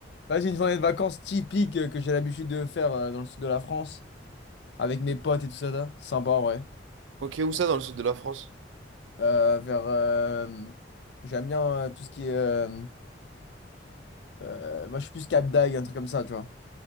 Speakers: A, on the left (about 65°); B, on the right (about 80°).
A: vas-y, une journée de vacances typique euh, que j'ai l'habitude de faire euh, dans le sud de la France avec mes potes et tout ça. là. Sympa en vrai.
B: Ok, où ça dans le sud de la France?
A: Euh, vers, euh, j'aime bien euh, tout ce qui est. euh, euh, moi, je suis plus Cap d'Agde, un truc comme ça, tu vois.